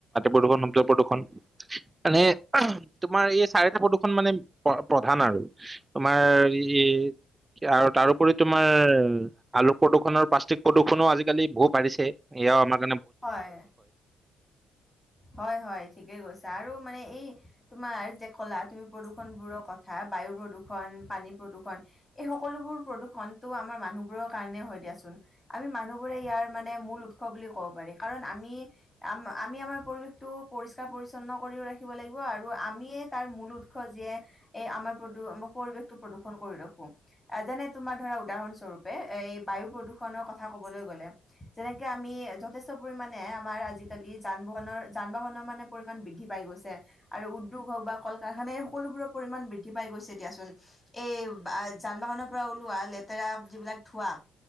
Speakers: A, on the right; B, on the left.
A: প্ৰদূষন, শব্দ প্ৰদূষণ, মানে তোমাৰ এই চাৰিটা প্ৰদূষণ মানে প্ৰধান আৰু। তোমাৰ ই তাৰোপৰি তোমাৰ আলোক প্ৰদূষণৰ প্লাষ্টিক প্ৰদূষণো আজিকালি বহু বাঢ়িছে, ইয়েও আমাক
B: হয়, হয়, হয় ঠিকেই কৈছা, আৰু মানে এই তোমাৰ যে কলা, তুমি প্ৰদূষণ বোৰৰ কথা বায়ু প্ৰদূষণ, পানী প্ৰদূষণ, এই সকলোবোৰ প্ৰদূষণটো আমাৰ মানুহবোৰৰ কাৰণে হয় দিয়াচোন আমি মানুহ বোৰে ইয়াৰ মানে মূল উৎস বুলি ক'ব পাৰি। কাৰণ আমি, আম আম আমি আমাৰ পৰিবেশটো পৰিস্কাৰ পৰিচন্ন কৰিও ৰাখিব লাগিব আৰু আমিয়েই তাৰ মুল উৎস যিয়ে এই আমাৰ প্ৰদু-পৰিবেশটো প্ৰদূষণ কৰি ৰাখো আ যেনে তোমাৰ ধৰা উদাহৰণ স্বৰূপে এই বায়ু প্ৰদূষণৰ কথা ক'বলৈ গ'লে যেনেকে আমি য থেষ্ট পৰিমাণে আমাৰ আজিকালি যান-বাহনৰ যা- বাহনৰ মানে পৰিমাণ বৃদ্ধি পাই গৈছে আৰু উ উদ্যোগ হওঁক বা কল-কাৰখান এই সকলোবোৰৰ পৰিমাণ বৃদ্ধি পাই গৈছে। দিয়াচোন এই যান-বাহনৰ পৰা ওলোৱা লেতেৰা যিবিলাক ধোঁৱা